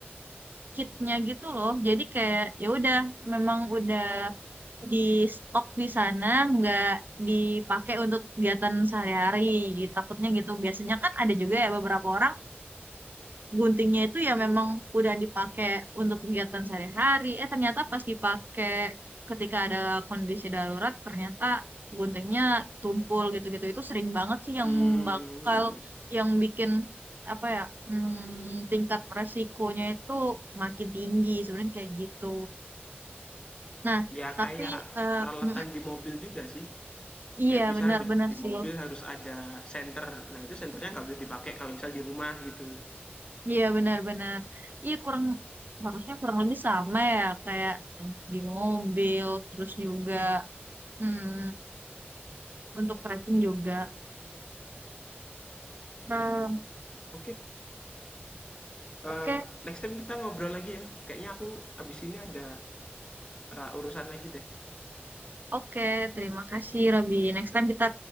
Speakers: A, on the right; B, on the left.
A: kitnya gitu loh. Jadi kayak ya udah memang udah di stok di sana nggak dipakai untuk kegiatan sehari-hari gitu. Takutnya gitu. Biasanya kan ada juga ya beberapa orang guntingnya itu ya memang udah dipakai untuk kegiatan sehari-hari. Eh ternyata pas dipakai ketika ada kondisi darurat, ternyata guntingnya tumpul gitu-gitu. Itu sering banget sih
B: Hmm,
A: yang bakal
B: hmm,
A: yang bikin apa ya hmm, tingkat resikonya itu makin tinggi sebenarnya kayak gitu. Nah,
B: Ya
A: tapi
B: kayak
A: eh,
B: peralatan
A: mm,
B: di mobil juga sih.
A: iya
B: Kayak misal
A: benar-benar
B: di, di
A: sih.
B: mobil harus ada senter. Nah itu senternya nggak boleh dipakai kalau misal di rumah gitu.
A: Iya benar-benar. Iya kurang harusnya kurang lebih sama ya kayak di mobil terus juga Hmm, untuk tracking juga.
B: Hmm,
A: Hmm,
B: Oke.
A: Oke,
B: Eh, next time kita ngobrol lagi ya. Kayaknya aku abis ini ada eh, urusan lagi deh.
A: oke. Terima kasih, Robby. Next time kita